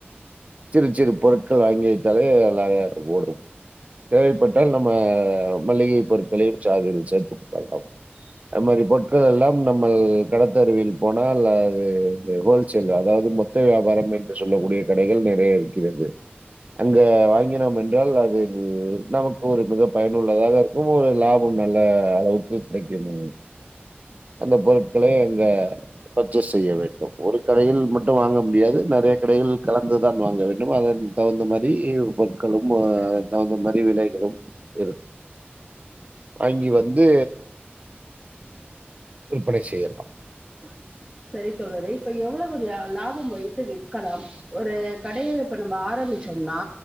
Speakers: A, on the right (about 35°); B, in the centre.
A: சிறு சிறு பொருட்கள் வாங்கி வைத்தாலே அல்லக ஓடு தேவைப்பட்டால் நம்ம மளிகை பொருட்களையு சாதில் சேர்த்து கொலா
B: ஹிப்பி
A: அது மாதிரி பொருட்கள் எல்லாம் நம்ம கடத்தருவியல் போனால் அது ஹோல்சேல் அதாவது மொத்த வியாபார என்று சொல்லக்கூடிய கடைகள் நிறைய இருக்கிறது அங்க வாங்கினோ என்றால் அது நமக்கு ஒரு மிக பயனுள்ளதாக இருக்கு ஒரு லாபம் நல்ல அளவுக்கு கிடைக்கணு அந்த பொருட்களளை அங்க பர்ச்சேஸ் செய்ய வேண்டும் ஒரு கடையில் ம ட்டு வாங்க முடியாது நிறைய கடைகள் கலந்துதான் வாங்க வேண்டு அதன் தகுந்த மாதிரி பொருட்களும் தகுந்த மாரி விலைகளு இரு வாங்கி வந்து விற்பனை செய்ய
B: உஹ சரித் தோழரே இப்ப எவ்வளவு ஒரு லாபம் வைத்து விற்கலாம் ஒரு கடையை இப்ப நம்ம ஆர ம்பிச்சோன்னா